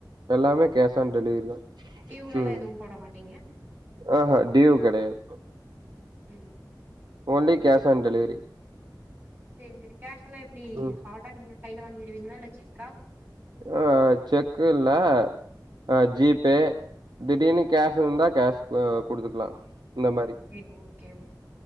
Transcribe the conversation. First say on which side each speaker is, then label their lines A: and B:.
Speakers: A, on the right (about 70°); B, on the right (about 30°).
A: எல்லாமே கேஷ் ஆன் டெலிவரி தா
B: டியூலல்லா
A: ம்
B: எதுவு போட மாட்டீங்க
A: ஆஹா டியுவ் கிடையாது
B: ம்
A: ஓன்லி கேஷ் ஆன் டெலிவரி
B: செரி செரி கேஷ்லா எப்டி
A: ம்
B: ஹாட்டா நீங்க கையில வாங்கிருவீங்ளா இல்ல செக்கா
A: ஆ செக்கு இல்ல ஆ ஜிபே திடீர்னு கேஷ் இருந்தா கேஷ் அ குடுத்துக்லா இந்த மாரி
B: சேரி ஓகே ஓ